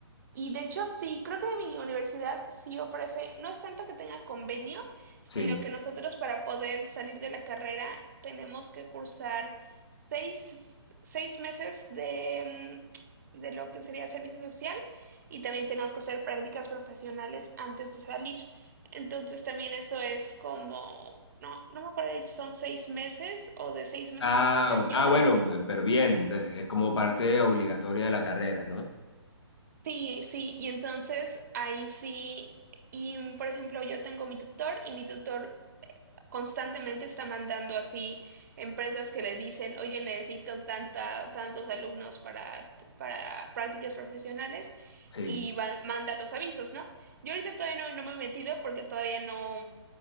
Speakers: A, on the right; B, on the left.
A: Y de hecho, sí, creo que mi universidad sí ofrece, no es tanto que tenga convenio, sino
B: Sí.
A: que nosotros para poder salir de la carrera tenemos que cursar seis, seis meses de, mm, de lo que sería servicio social y también tenemos que hacer prácticas profesionales antes de salir. Entonces también eso es como, no, no me acuerdo si son seis meses o de seis meses
B: Ah,
A: a un año
B: o- ah,
A: de
B: bueno, eh, pero bien, entonces, es como parte obligatoria de la carrera, ¿no?
A: Sí, sí, y entonces ahí sí, y mm, por ejemplo, yo tengo mi tutor y mi tutor constantemente está mandando así empresas que le dicen, oye, necesito tanta, tantos alumnos para, para prácticas profesionales
B: Sí,
A: y va- manda los avisos, ¿no? Yo ahorita todavía no, no me he metido porque todavía no,